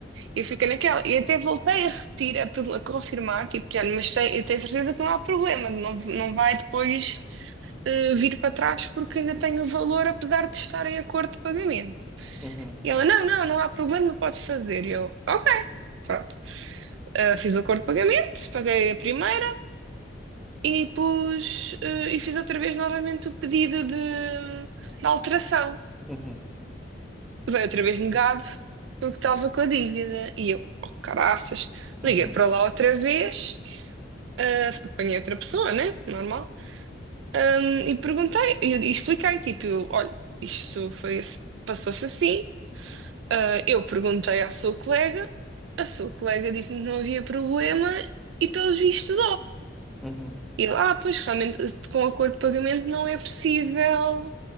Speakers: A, on the right; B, in the centre.
A: eu fiquei naquela. E até voltei a repetir, a, pergu- a confirmar, tipo, já, mas tem- eu tenho certeza que não há problema, não, não vai depois ah, vir para trás porque ainda tenho o valor, apesar de estar em acordo de pagamento.
B: uhum,
A: E ela: Não, não, não há problema, pode fazer. E eu, ok. Pronto. Ah, fiz o acordo de pagamento, paguei a primeira e pus, eh, e fiz outra vez novamente o pedido de, de alteração.
B: uhum,
A: Veio outra vez negado, porque estava com a dívida. E eu, oh, caraças,
B: uhum,
A: liguei para lá outra vez, eh, apanhei outra pessoa, né? Normal. Ahm, e perguntei, e, e expliquei, tipo, eu, olha, isto foi, ass- passou-se assim. Ah, eu perguntei à sua colega, a sua colega disse-me que não havia problema e pelos vistos
B: uhum,
A: E eu, ah, pois realmente com acordo de pagamento não é possível,